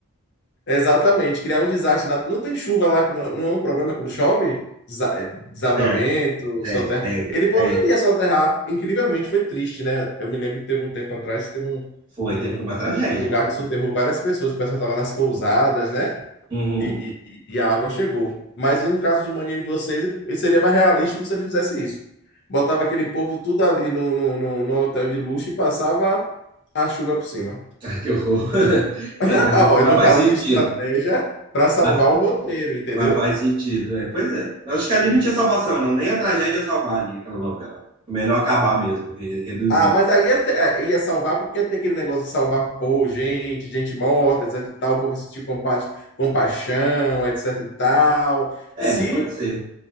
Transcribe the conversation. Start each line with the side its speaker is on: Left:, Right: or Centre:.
Left: Exatamente, criar um desastre. nat- Não tem chuva lá, que não, não é um problema quando chove? Desa- eh, Desabamento,
Right: É, tem,
Left: soterra.
Right: tem,
Left: Ele poderia
Right: tem.
Left: soterrar. Incrivelmente, foi triste, né? Eu me lembro que teve um tempo atrás, teve um,
Right: Foi,
Left: um,
Right: teve uma tragédia.
Left: um lugar
Right: eu
Left: que
Right: vi.
Left: soterrou várias pessoas. O pessoal estava nas pousadas, né?
Right: Uhum.
Left: E, e, e a água chegou. Mas no caso de mania de vocês, ele, ele seria mais realístico se ele fizesse isso. Botava aquele povo tudo ali no, no, no, no hotel de luxo e passava a chuva por cima.
Right: Ai, que horror. <laughs> É,
Left: Não,
Right: mas,
Left: eu
Right: mas
Left: estou
Right: faz
Left: falando
Right: sentido.
Left: de estratégia para salvar
Right: Mas,
Left: o roteiro, entendeu?
Right: mas faz sentido. É, pois é. Eu acho que ali não tinha salvação, não. Nem a tragédia ia salvar ali, aquela novela. É Melhor acabar mesmo, re- reduzir.
Left: Ah, mas aí ia, ter- aí ia salvar porque ia ter aquele negócio de salvar, pô, gente, gente morta, etc e tal, o povo sentir compa compaixão, etc e tal.
Right: É,
Left: Se,
Right: pode ser.